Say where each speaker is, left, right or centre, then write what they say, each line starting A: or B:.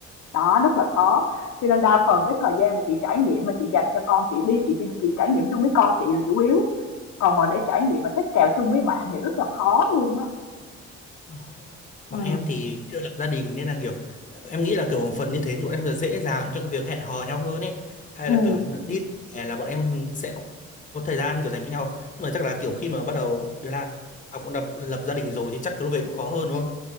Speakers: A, on the left (about 70°); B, on the left (about 25°).
A: Đó, rất là khó. Cho nên đa phần cái thời gian mà chị trải nghiệm mà chị dành cho con chị đi, chị chị trải nghiệm chung với con chị là chủ yếu. Còn mà để trải nghiệm mà xách kèo chung với bạn thì rất là khó luôn á.
B: Ồ,
A: Ừ.
B: bọn em thì chưa lập gia đình nên là kiểu em nghĩ là kiểu một phần như thế thì bọn em sẽ dễ dàng cho cái việc hẹn hò nhau hơn ấy hay
A: Ừ.
B: là kiểu đi hè là bọn em sẽ có, có thời gian kiểu dành cho nhau nhưng mà chắc là kiểu khi mà bắt đầu đứa nào cũng lập, lập gia đình rồi thì chắc cái lúc ấy cũng khó hơn đúng không